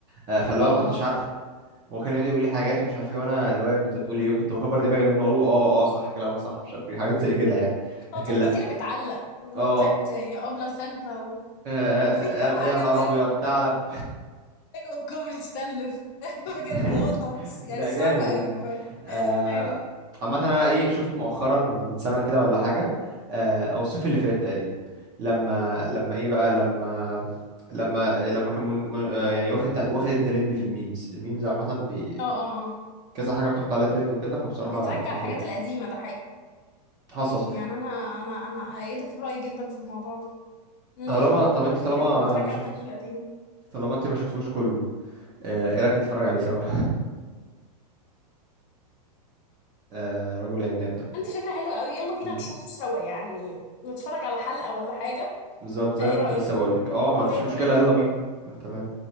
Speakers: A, on the right; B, on the left.
A: آه فاللي
B: آه،
A: هو كنتش
B: آه.
A: عارف هو كان يقعد يقول لي حاجات ومش عارف ايه وانا اللي هو يا ابني انت بتقول ايه كنت بكبر دماغي منه اقول له اه اه صح كلامك صح مش عارف ايه حاجات زي كده يعني
B: في لقطات
A: لكن لا
B: كتيرة بتعلّق، اللي
A: اه
B: هو بتاعة يا أبلة سلمى و
A: آه،
B: وفي كام
A: آه،
B: حاجة
A: يا نهار
B: تانية،
A: ابيض ثعلب
B: أيوه وكوبري ستانلس <laughs>
A: <laughs>
B: بجد لقطة بُص يعني
A: لا جامد
B: صعبة
A: يعني
B: أوي بأمانة.
A: آه،
B: أيوه.
A: عامة انا ايه شفته مؤخرا من سنة كده ولا حاجة آه، او الصيف اللي فات تقريبا لما لما ايه بقى لما لما لما كان من من- آه، يعني واخد واخد الترند في الميمز الميمز عامة بي-
B: آه، آه، آه.
A: كذا حاجة بتاخد عليها ترند وكده فبصراحة
B: بترجّع
A: كان
B: الحاجات
A: جامد
B: القديمة، ده حقيقي.
A: حصل
B: يعني أنا أنا أنا أأيّدك الرأي جدًا في الموضوع ده. إمم.
A: طالما طب انت طالما
B: أيوه، بترجّع
A: ما شفت
B: الحاجات القديمة.
A: طالما انت ما شفتوش كله آه، ايه رأيك نتفرج عليه سوا <laughs> آه، رجل العناب ده
B: عندي فكرة حلوة قوي يلا بينا
A: مم.
B: نشوفه سوا يعني نتفرج على حلقة ولا حاجة
A: بالظبط زي
B: فايه
A: ما كنت
B: رأيك
A: لسه بقول لك اه ما
B: اه
A: فيش
B: يلا
A: مشكلة
B: بينا
A: يلا بينا تمام